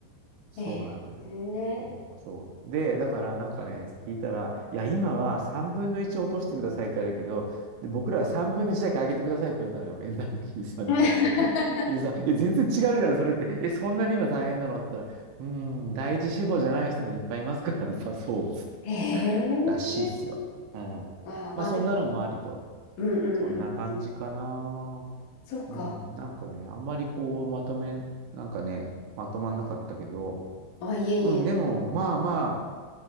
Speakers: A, on the right; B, on the left.
A: そうなのよ。
B: えー、
A: そう、そう。で、だからなんかね、聞いたら、いや、今は3分の1落としてくださいって言われるけど、で、僕らは3分の1だけ上げてくださいって言われたのよ、面談の時にさ、人数。
B: <laughs>
A: <laughs> でさ、え、全然違うじゃない、それって。え、そんなに今大変なのって言ったら、うーん、第一志望じゃない人もいっぱいいますからさ、<laughs> そうっつって、
B: えー、
A: らしいっすよ。うん。
B: まあ、まあでも、
A: まあ、そんなのもありと。
B: うんうんうん。
A: そんな感じかな。
B: そうか。
A: うん、なんかね、あんまりこう、まとめ、なんかね、まとまんなかったけど、
B: あ、いえいえ、
A: うん、でも、まあま